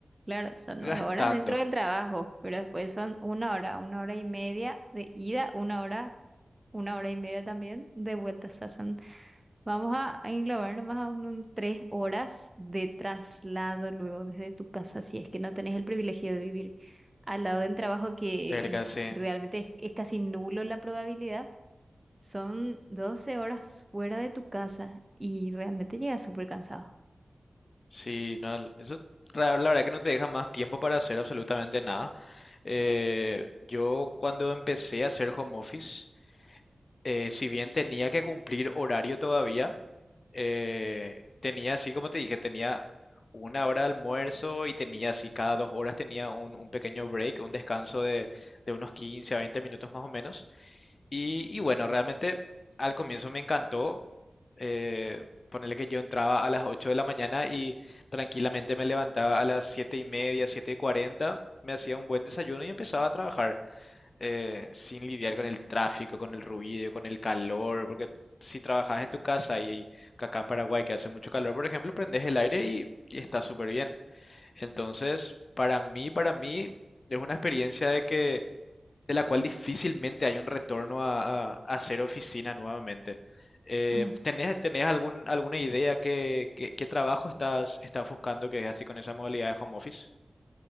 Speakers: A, on the right; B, on the left.
A: claro, son nueve
B: gastando.
A: horas dentro del trabajo, pero después son una hora, una hora y media de ida, una hora, una hora y media también de vuelta. O sea, son Vamos a a englobar nomás a un, un tres horas de traslado luego desde tu casa, si es que no tenés el privilegio de vivir al lado del trabajo, que
B: Cerca, sí.
A: realmente es, es casi nulo la probabilidad. Son 12 horas fuera de tu casa y realmente llegas súper cansado.
B: Sí, no, el- eso ra- la verdad que no te deja más tiempo para hacer absolutamente nada. Eh, yo cuando empecé a hacer home office, eh, si bien tenía que cumplir horario todavía, eh, tenía así, como te dije, tenía una hora de almuerzo y tenía así, cada dos horas tenía un, un pequeño break, un descanso de, de unos 15 a 20 minutos más o menos. Y, y bueno, realmente al comienzo me encantó. Eh, ponerle que yo entraba a las 8 de la mañana y tranquilamente me levantaba a las 7 y media, 7 y 40, me hacía un buen desayuno y empezaba a trabajar eh, sin lidiar con el tráfico, con el ruido, con el calor, porque si trabajas en tu casa y, y acá en Paraguay que hace mucho calor, por ejemplo, prendes el aire y, y está súper bien. Entonces, para mí, para mí es una experiencia de que de la cual difícilmente hay un retorno a, a- a hacer oficina nuevamente. Eh,
A: Ujú.
B: ¿tenés, tenés algún, alguna idea que, qué qué trabajo estás, estás buscando que es así con esa modalidad de home office?